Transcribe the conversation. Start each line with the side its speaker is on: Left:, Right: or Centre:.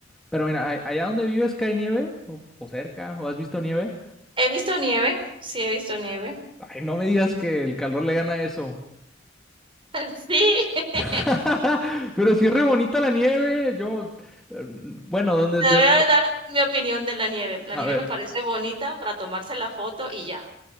Centre: Pero mira, ¿a- allá donde vives cae nieve, o, o cerca, o has visto nieve.
Right: He visto nieve, sí he visto nieve.
Centre: Ay, no me digas que el calor le gana eso.
Right: <laughs> Sí, <laughs>
Centre: <laughs> Pero sí es re bonita la nieve, yo, eh, bueno, ¿dónde
Right: te
Centre: es
Right: voy
Centre: de?
Right: a dar mi opinión de la nieve. La
Centre: A
Right: nieve
Centre: ver.
Right: me parece bonita para tomarse la foto y ya,